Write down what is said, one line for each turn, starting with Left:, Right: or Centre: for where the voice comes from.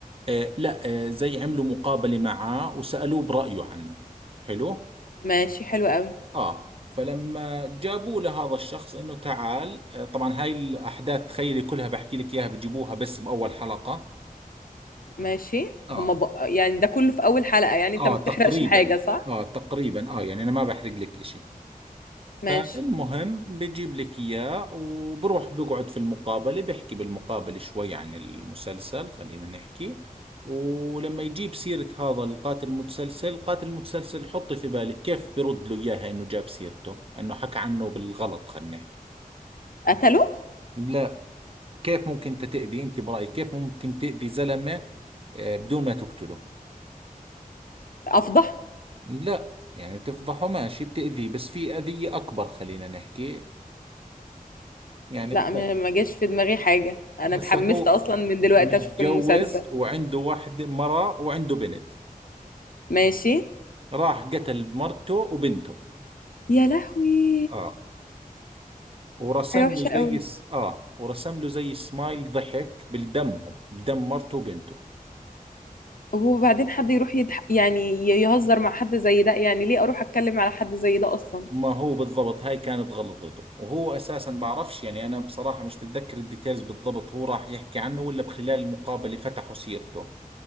Right: آه لا آه زي عملوا مقابلة معاه وسألوه برأيه عنه حلو
Left: ماشي حلو قوي
Right: اه فلما جابوا لهذا الشخص انه تعال آه طبعا هاي الاحداث تخيلي كلها بحكي لك اياها بجيبوها بس باول حلقة
Left: ماشي
Right: اه
Left: هما ب... يعني ده كله في اول حلقة يعني
Right: اه
Left: انت ما
Right: تقريبا
Left: بتحرقش حاجة صح
Right: اه تقريبا اه يعني انا ما بحرق لك اشي فالمهم
Left: ماشي
Right: بجيب لك إياه وبروح بقعد في المقابلة بحكي بالمقابلة شوي عن المسلسل خلينا نحكي ولما يجيب سيرة هذا القاتل المتسلسل القاتل المتسلسل حطي في بالك كيف برد له إياها إنه جاب سيرته إنه حكى عنه بالغلط خلينا نحكي
Left: قتله
Right: لا كيف ممكن أنت تأذي أنت برأيك كيف ممكن تأذي زلمة آه، بدون ما تقتله
Left: افضح
Right: لا يعني تفضحه ماشي بتأذيه بس في أذية أكبر خلينا نحكي يعني
Left: لا
Right: قتل.
Left: م- ما جاش في دماغي حاجة انا
Right: هسا
Left: اتحمست
Right: هو
Left: اصلا من دلوقتي
Right: متجوز
Left: اشوف المسلسل
Right: وعنده واحدة مرة وعنده بنت
Left: ماشي
Right: راح قتل مرته وبنته
Left: يا لهوي
Right: اه ورسم
Left: حاجة وحشة
Right: له زي
Left: قوي
Right: س... اه ورسم له زي سمايل ضحك بالدمهم بدم مرته وبنته
Left: وبعدين حد يروح يضح... يعني ي- يهزر مع حد زي ده يعني ليه اروح اتكلم على حد زي ده اصلا
Right: ما هو بالضبط هاي كانت غلطته وهو اساسا بعرفش يعني انا بصراحة مش بتذكر الديتيلز بالضبط هو راح يحكي عنه ولا بخلال المقابلة فتحوا سيرته